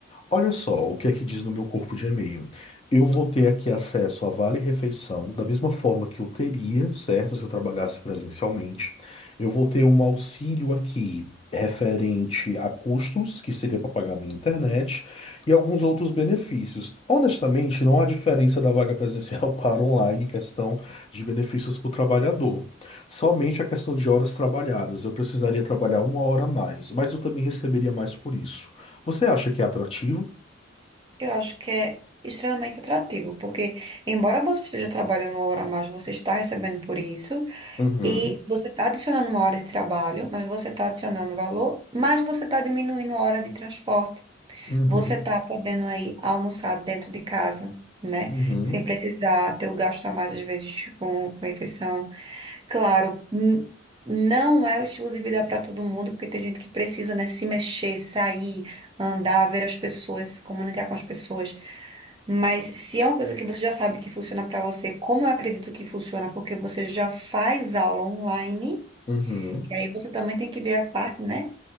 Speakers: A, on the left; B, on the right.
A: Olha só o que é que diz no meu corpo de e-mail. Eu vou ter aqui acesso a Vale Refeição, da mesma forma que eu teria, certo? Se eu trabalhasse presencialmente. Eu vou ter um auxílio aqui referente a custos, que seria para pagar minha internet e alguns outros benefícios. Honestamente, não há diferença da vaga presencial <laughs> para online em questão de benefícios para o trabalhador. Somente a questão de horas trabalhadas. Eu precisaria trabalhar uma hora a mais, mas eu também receberia mais por isso. Você acha que é atrativo?
B: Eu acho que é extremamente atrativo, porque embora você esteja trabalhando uma hora a mais, você está recebendo por isso,
A: Uhum,
B: e você está adicionando uma hora de trabalho, mas você está adicionando valor, mas você está diminuindo a hora de transporte.
A: uhum,
B: Você está podendo aí almoçar dentro de casa, né?
A: uhum,
B: Sem precisar ter o gasto a mais, às vezes, com, com refeição. Claro, n- não é o estilo de vida para todo mundo, porque tem gente que precisa, né, se mexer, sair, andar, ver as pessoas, se comunicar com as pessoas. Mas se é uma coisa que você já sabe que funciona para você, como eu acredito que funciona, porque você já faz aula online,
A: uhum,
B: e aí você também tem que ver a parte, né,